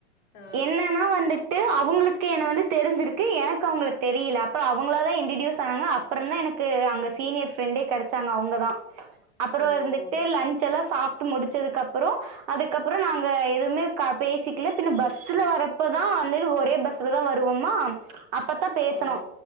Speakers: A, on the left; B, on the right.
A: ஆ
B: என்னன்னா வந்துட்டு அவுங்களுக் கு என்ன வந்து தெரிஞ்சிருக்கு எனக்கு அவுங்கள தெரியல அப்புறோ அவுங்களாவே இன்டிடீயூஸ் ஆனாங்க அப்புறந்தா எனக்கு அங்க சீனியர் ஃப்ரெண்டே கெடச்சாங்க அவுங்கதா அப்புறோ
A: ஓ
B: இருந்துட்டு லன்ச் எல்லா சாப்ட்டு முடிச்சதுக்கப்புறோ அதுக்கப்புறோ நாங்க எதுமே கா பேசிக்கல பின்ன பஸ்ல வரப்பதா வந்து ஒரே பஸ்லதா வருவோமா அப்பத்தா பேசுனோ
A: ஓ